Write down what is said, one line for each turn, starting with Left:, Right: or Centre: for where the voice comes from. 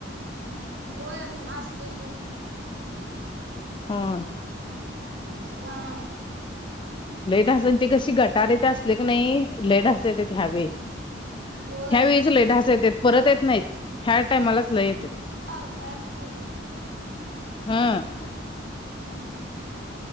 Right: होय, मासतेय की.
Left: हां.
Right: हां
Left: लई ढास अं तं कशी ते कशी, गटारण ते असले की नाही लई ढास येतेती यावेळी..
Right: होय.
Left: ह्या वेळीच लय ढासं येतेती, परत
Right: हा
Left: येत नाहीत. ह्या टाइमालाच लय येतेत
Right: पावसाळ्यातच येतात.
Left: हं.
Right: <unintelligible>